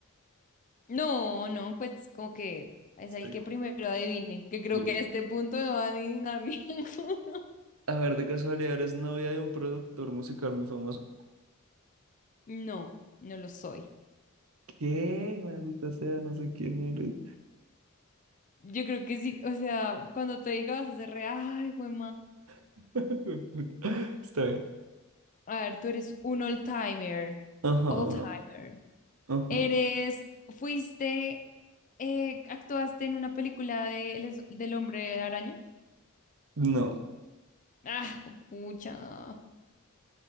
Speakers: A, on the left (about 35°); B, on the right (about 75°).
A: No, no, pues como que es
B: Sí.
A: el que primero adivine, que creo
B: Li-
A: que a este punto no va a adivinar ninguno. <laughs>
B: A ver, de casualidad eres novia de un productor musical muy famoso.
A: No, no lo soy.
B: ¿Qué? Maldita sea, no sé quién eres.
A: Yo creo que sí, o sea, cuando te diga vas a hacer re, ay, güey,
B: <laughs> Hijo de puta. Está bien.
A: A ver, tú eres un old-timer.
B: Ajá,
A: Old-timer.
B: ajá.
A: Eres, fuiste, eh, actuaste en una película de, El- del Hombre Araña.
B: No.
A: Ah, pucha.